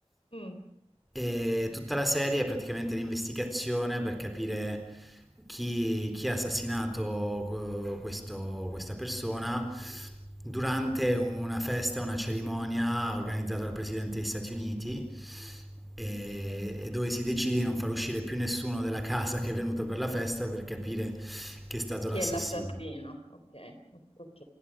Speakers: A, on the left (about 60°); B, in the centre.
A: mm,
B: E tutta la serie è praticamente l'investigazione per capire chi, chi ha assassinato eh, questo- questa persona durante una festa, una cerimonia organizzata dal Presidente degli Stati Uniti e,
A: mm.
B: e dove si decide di non far uscire più nessuno della casa che è venuto per la festa per capire chi è stato
A: Chi
B: l'assassino.
A: è l'assassino? Ok, ok.